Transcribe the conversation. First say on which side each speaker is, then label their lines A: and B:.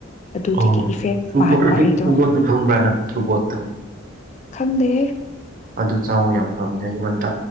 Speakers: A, on the left; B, on the right.
A: ꯑꯗꯨꯗꯒꯤ
B: ꯑꯣ
A: ꯏꯐꯦꯛ
B: ꯇꯨꯕꯣꯠ
A: ꯄꯥꯟꯕ
B: ꯍꯧꯖꯤꯛ
A: ꯑꯩꯗꯣ
B: ꯇ꯭ꯔꯨꯕꯣꯠꯇꯣ ꯐꯪꯕ꯭ꯔꯥ ꯅꯪ ꯇ꯭ꯔꯨꯕꯣꯠꯇꯣ
A: ꯈꯪꯗꯦꯍꯦ
B: ꯑꯗꯨ ꯆꯥꯎꯋꯣ ꯌꯥꯝ ꯐꯕꯅꯦ ꯑꯌꯨꯛ ꯉꯟꯇ